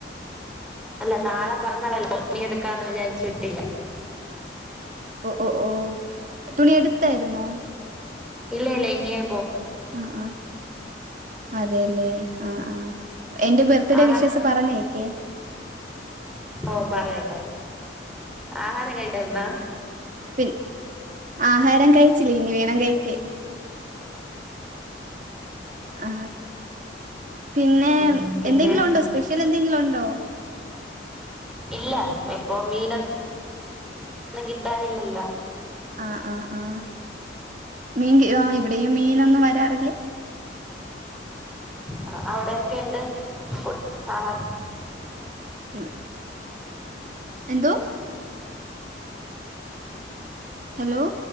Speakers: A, in the centre; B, on the right.
A: അല്ല നാള പിറന്നാളല്ലോ, <unintelligible> എടുക്കാന്ന് വിചാരിച്ച് വിട്ടില്ല.
B: ഒ ഓ ഓഹ് തുണി എട്ത്തായിര്ന്നോ?
A: ഇല്ല ഇല്ല ഇനിയെ
B: അ ആ. അതെ ലെ ആ ആ എന്റെ ബർത്ത്ഡേ
A: ആഹാ
B: വിസസ് പറഞ്ഞേക്കേ.
A: ഓ പറയാം പറയാം ആഹാരം കഴിച്ചായ്ര്ന്നോ
B: പിൻ ആഹാരം കഴിച്ചില്ല ഇനി വേണം കഴിക്കാൻ ആ പിന്നെ
A: ഉം പിന്നെ
B: എന്തെങ്കിലും ഒണ്ടോ സ്പെഷ്യൽ എന്തെങ്കിലും ഒണ്ടോ
A: ഇല്ല ഇപ്പൊ മീനൊന്നും കിട്ടാനില്ലല്ലോ
B: ആ ആ ആ <unintelligible> ആ ഇവിടെയും മീനൊന്നും വരാറില്ലേ
A: അ അവിടെക്കെ ഇണ്ട് ഫു ആഹാരം
B: ഇവ- എന്തോ ഹലോ